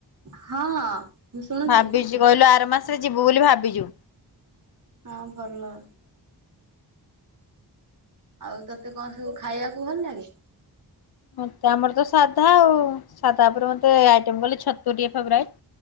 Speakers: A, on the right; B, on the left.
A: ହଁ ମୁଁ ଶୁଣୁଛି
B: ଭାବିଛୁ କହିଲୁ ଆର ମାସରେ ଯିବୁ ବୋଲି ଭାବିଛୁ?
A: ହଁ ଭଲ। ଆଉ ତତେ କଣ ସବୁ ଖାଇବାକୁ ଭଲ ଲାଗେ?
B: ମତେ ଆମର ତ ସାଧା ଆଉ ସାଧା ଉପରେ ମତେ ଆଇଟମ କହିଲେ ଛତୁ ଟିକେ ଫେବରାଇଟ।